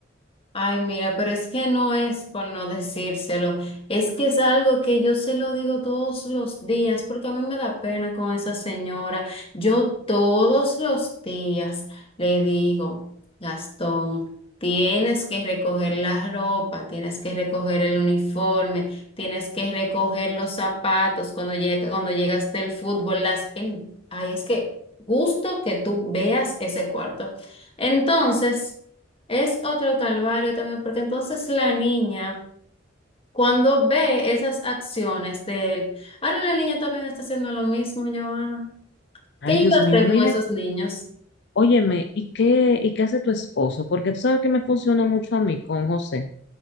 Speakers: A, on the left (about 30°); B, on the left (about 60°).
A: Ay, mira, pero es que no es por no decírselo, es que es algo que yo se lo digo todos los días, porque a mí me da pena con esa señora. Yo todos los días le digo, Gastón, tienes que recoger la ropa, tienes que recoger el uniforme, tienes que recoger los zapatos cuando llega, cuando llegas del fútbol, las, el- ay, es que gusto que tú veas ese cuarto. Entonces... Es otro calvario también, porque entonces la niña, cuando ve esas acciones de él, ahora la niña también está haciendo lo mismo, Joana.
B: Ay,
A: ¿Qué iba
B: Dios
A: a hacer
B: mío, mira.
A: con esos niños?
B: Óyeme, ¿y qué, y qué hace tu esposo? Porque tú sabes que me funcionó mucho a mí con José